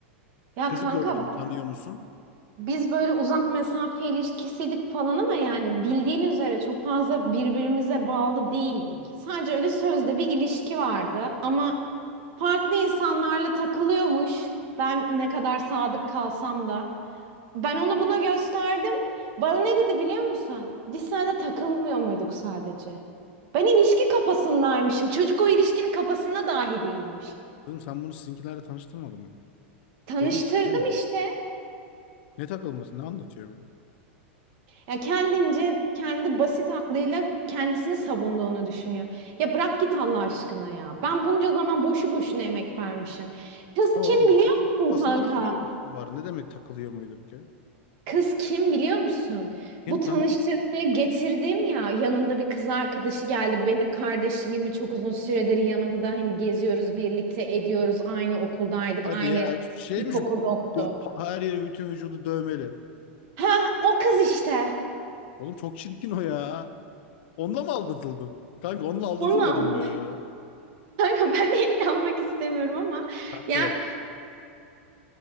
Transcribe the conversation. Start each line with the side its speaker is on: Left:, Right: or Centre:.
Right: Ya
Left: Kızı
Right: kanka
Left: gördün mü? Tanıyor musun?
Right: Biz böyle uzak mesafe ilişkisiydik falan ama yani bildiğin üzere çok fazla birbirimize bağlı değildik. Sadece öyle sözde bir ilişki vardı ama farklı insanlarla takılıyormuş. Ben ne kadar sadık kalsam da. Ben onu buna gösterdim. Bana ne dedi biliyor musun? Biz seninle takılmıyor muyduk sadece? Ben ilişki kafasındaymışım. Çocuk o ilişkinin kafasında dahi değilmiş.
Left: Kızım sen bunu sizinkilerle tanıştırmadın mı?
Right: Tanıştırdım
Left: Deli mi? Deli mi
Right: işte.
Left: bu? Ne takılması? Ne anlatıyor bu?
Right: Ya kendince kendi basit aklıyla kendisini savunduğunu düşünüyor. Ya bırak git Allah aşkına ya. Ben bunca zaman boşu boşuna emek vermişim. Kız
Left: Ne var
Right: kim
Left: oğlum?
Right: biliyor
Left: Bu çocuğun kafasında
Right: musun kanka?
Left: kuru yemiş mi var? Ne demek takılıyor muyduk ya?
Right: Kız kim biliyor musun?
Left: Kim
Right: Bu
Left: tanıyor
Right: tanıştırmaya
Left: musun?
Right: getirdim ya yanında bir kız arkadaşı geldi. Benim kardeşim gibi çok uzun süredir yanımda hani geziyoruz birlikte ediyoruz. Aynı okuldaydık.
Left: Hadi
Right: Aynı
Left: ya şeymiş
Right: ilkokulda okuduk.
Left: dö- pa- her yeri bütün vücudu dövmeli.
Right: Ha o kız işte.
Left: Oğlum çok çirkin o ya. Onunla mı aldatıldın? Kanka onunla aldatılmadım
Right: Onu aldım.
Left: be ya.
Right: <laughs> Kanka ben de inanmak istemiyorum ama
Left: Kanka
Right: ya